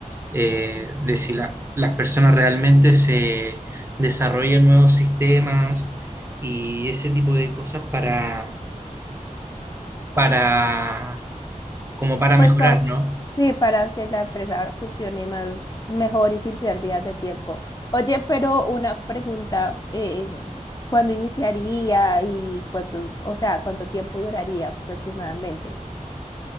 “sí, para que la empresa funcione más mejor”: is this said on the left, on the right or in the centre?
Left